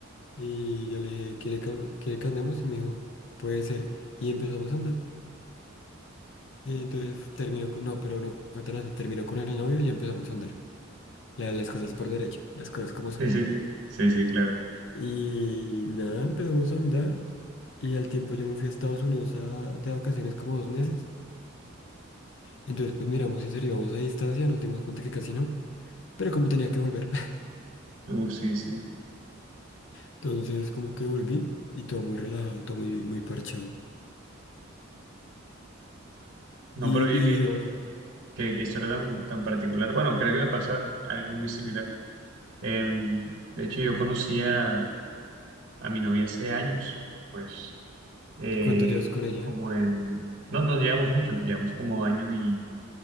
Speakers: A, on the left (about 60°); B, on the right (about 60°).
A: Y yo le dije, ¿quiere que, am- quiere que andemos? Y me dijo, puede ser. Y empezamos a andar. Y entonces terminó con, no, pero no fue tan así, terminó con el novio y ya empezamos a andar. la- las cosas por derecho, las cosas como son.
B: Sí, sí, sí, sí, claro.
A: Y nada, empezamos a andar y al tiempo yo me fui a Estados Unidos a- de vacaciones como dos meses. Entonces pues miramos si seríamos a distancia, nos dimos cuenta que casi no, pero como tenía que volver, <laughs>
B: Uf, sí, sí.
A: entonces como que volví y todo muy relajado, todo muy, muy parchado.
B: No,
A: Y,
B: pero oye,
A: y
B: qué,
A: digamos,
B: qué, qué historia tan, tan particular. Bueno, creo que me pasa algo muy similar. Em, de hecho, yo conocí a, a mi novia hace años, pues eh,
A: ¿cuánto llevas con ella?
B: como en... No, no llevamos mucho, llevamos como año y,